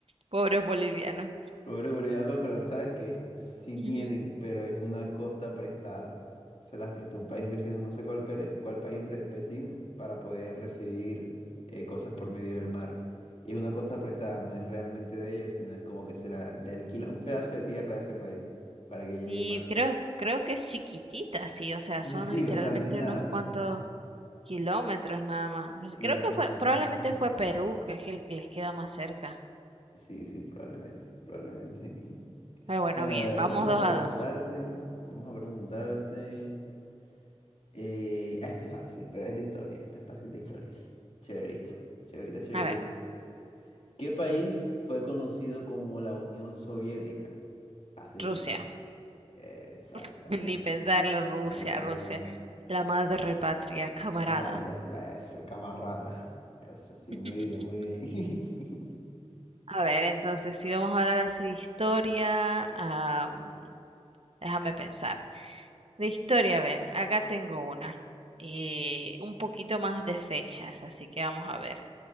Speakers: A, on the right; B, on the left.
A: Pobres bolivianos.
B: Pobres bolivianos, pero sabes que sí tienen,
A: Ujú.
B: pero es una costa prestada. Se las prestó un país vecino, no sé cuál, pere- cuál país bre- vecino, para poder recibir eh, cosas por medio del mar. Y es una costa prestada, no es realmente de ellos, sino es como que se la- le alquila un pedazo de tierra a ese país para que llegue
A: Sí,
B: en barco.
A: creo, creo que es chiquitita, sí, o sea,
B: Sí,
A: son
B: sí, sí,
A: literalmente
B: o sea, no es nada,
A: unos cuantos
B: no es nada.
A: kilómetros nada más.
B: Sí,
A: O sea, creo
B: no
A: que fue,
B: es, no
A: probablemente
B: es nada.
A: fue Perú, que es el que les queda más cerca.
B: Sí, sí, probablemente, probablemente. <laughs>
A: Pero bueno,
B: Bueno,
A: bien,
B: a ver,
A: vamos
B: vamos
A: dos
B: a preguntarte,
A: a dos.
B: vamos a preguntarte. Eh, ah, esta es fácil, pero es de historia. Esta es fácil de historia. Chéverita, chéverita, chéverita.
A: A ver,
B: ¿Qué país fue conocido como la Unión Soviética? Facilita.
A: Rusia.
B: Exactamente,
A: <laughs> Ni pensarlo, Rusia,
B: exactamente.
A: Rusia, la madre patria, camarada.
B: La madre, la eso, camarada. Eso, sí,
A: <laughs>
B: muy bien, muy bien. <laughs>
A: A ver, entonces, si vamos a hablar así de historia, am, déjame pensar. De historia, a ver, acá tengo una. Eh, un poquito más de fechas, así que vamos a ver.